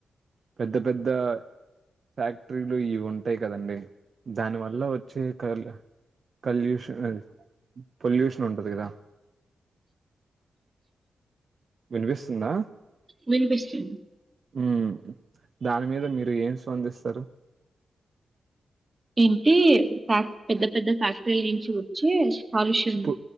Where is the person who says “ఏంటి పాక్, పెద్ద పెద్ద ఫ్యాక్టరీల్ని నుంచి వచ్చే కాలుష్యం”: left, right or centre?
Right